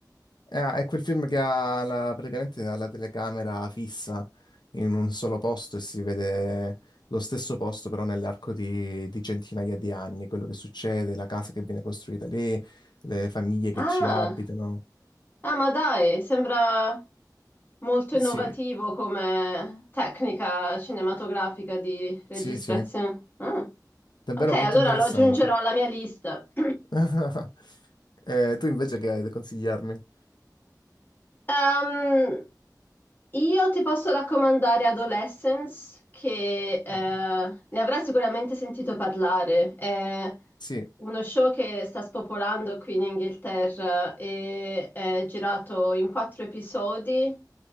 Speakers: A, on the left; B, on the left.
A: Eh, è quel film che ha la- praticamente ha la telecamera fissa in un solo posto e si vede lo stesso posto però nell'arco di, di centinaia di anni, quello che succede, la casa che viene costruita lì, le famiglie che
B: Ah,
A: ci abitano.
B: ah, ma dai, sembra. Molto innovativo
A: Sì,
B: come tecnica cinematografica di registrazione.
A: sì, sì,
B: Ah,
A: davvero
B: Ok, allora
A: molto interessante.
B: lo aggiungerò alla mia lista. <clears throat>
A: <laughs> Eh, tu invece che hai da consigliarmi?
B: Ehm, io ti posso raccomandare Adolescence, che eh,
A: Eh,
B: ne avrai sicuramente sentito parlare. È
A: Sì,
B: uno show che sta spopolando qui in Inghilterra e è girato in quattro episodi